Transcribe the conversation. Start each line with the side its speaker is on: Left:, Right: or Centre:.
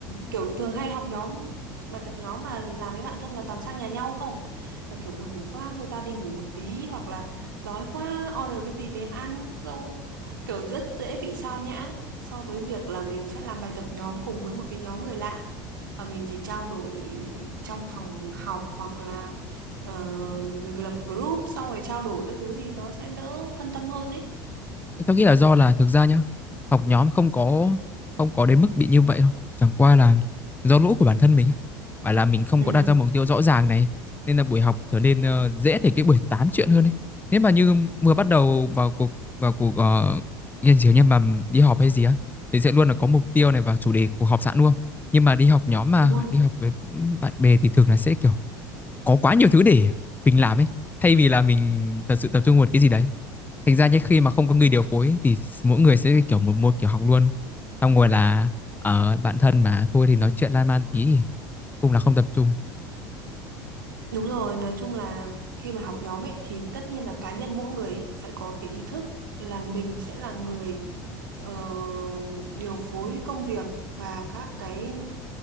Right: kiểu thường hay học nhóm bài tập nhóm mà làm với bạn thân là toàn sang nhà nhau không và kiểu buồn ngủ quá thôi tao đi ngủ một tí hoặc là đói quá order cái gì về ăn xong kiểu rất dễ bị sao nhãng so với việc là mình sẽ làm bài tập nhóm cùng với một cái nhóm người lạ và mình chỉ trao đổi trong phòng học hoặc là ờ, lập group xong rồi trao đổi các thứ thì nó sẽ đỡ phân tâm hơn ấy
Left: Tao nghĩ là do là thực ra nhá, học nhóm không có không có đến mức bị như vậy đâu. Chẳng qua là do lỗi của bản thân mình. á. Phải là mình không
Right: Ừ,
Left: có đặt ra mục tiêu rõ ràng này nên là buổi học trở nên ờ, dễ thành cái buổi tám chuyện hơn ấy. Nếu mà như vừa bắt đầu vào cuộc vào cuộc uh, nghiên cứu nhưng mà đi họp hay gì á thì sẽ luôn là có mục tiêu này và chủ đề của họp sẵn luôn. Nhưng mà đi học nhóm mà
Right: đúng rồi.
Left: đi học với bạn bè thì thường là sẽ kiểu có quá nhiều thứ để mình làm ấy thay vì là mình thật sự tập trung vào một cái gì đấy thành ra nhé khi mà không có người điều phối ấy, thì mỗi người sẽ kiểu một một kiểu học luôn xong rồi là ở bạn thân mà thôi thì nói chuyện lan man tí thì cũng là không tập trung
Right: Đúng rồi, nói chung là khi mà học nhóm ấy thì tất nhiên là cá nhân mỗi người ấy phải có cái ý thức là mình sẽ là người ờ, điều phối công việc và các cái